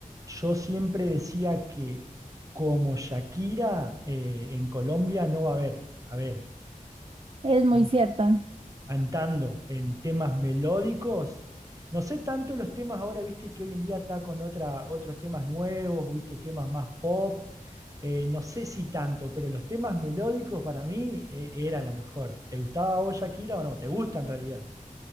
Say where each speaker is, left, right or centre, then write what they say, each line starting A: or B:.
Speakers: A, on the right; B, on the right.
A: Yo siempre decía que como Shakira eh, en Colombia no va a haber, a ver,
B: Es
A: can-
B: muy cierto.
A: cantando en temas melódicos, no sé tanto los temas ahora, viste que hoy en día está con otra, otros temas nuevos, viste temas más pop, eh, no sé si tanto, pero los temas melódicos para mí eh, era lo mejor. ¿Te gustaba a vos Shakira o no? ¿Te gusta en realidad?